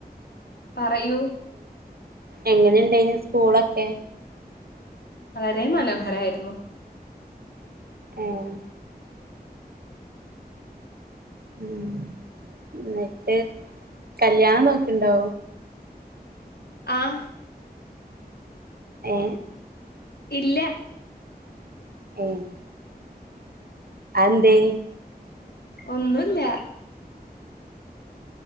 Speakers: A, on the left; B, on the right.
A: പറയൂ
B: എങ്ങനിണ്ടായിന് സ്കൂളൊക്കെ
A: വളരേ മനോഹരായിരുന്നു
B: ഏഹ് ഉം ന്നിട്ട് കല്ല്യാണം നോക്കൺണ്ടോ?
A: ആഹ്
B: ഏ
A: ഇല്ല
B: ഏഹ് അഎന്തേ?
A: ഒന്നുല്ല